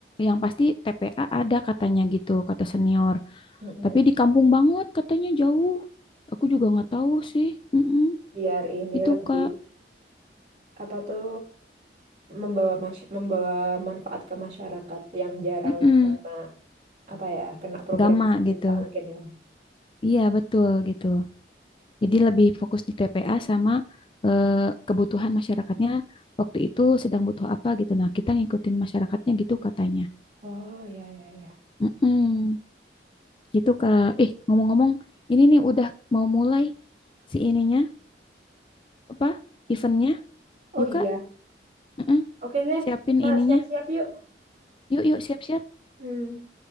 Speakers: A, on the left; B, on the right.
A: yang pasti TPA ada katanya gitu, kata senior.
B: Mm-mm.
A: Tapi di kampung banget katanya jauh. Aku juga nggak tahu sih. Mm-mm.
B: Biar ini
A: Itu
B: lebih
A: Kak,
B: apa tuh membawa masy- membawa manfaat ke masyarakat yang jarang
A: mm
B: kena apa ya kena program
A: Gama
B: pemerintah
A: gitu.
B: mungkin ya.
A: Iya, betul gitu. Jadi lebih fokus di TPA sama eh, kebutuhan masyarakatnya waktu itu sedang butuh apa gitu. Nah, kita ngikutin masyarakatnya gitu katanya.
B: Oh ya ya ya.
A: Mm-mm. Gitu Kak. Eh, ngomong-ngomong, ini nih udah mau mulai si ininya, apa? Eventnya.
B: Oh
A: Yuk
B: iya.
A: Kak, Mm-mm.
B: Oke deh,
A: Siapin
B: kita
A: ininya.
B: siap-siap yuk.
A: Yuk, yuk, siap-siap.
B: Hmm.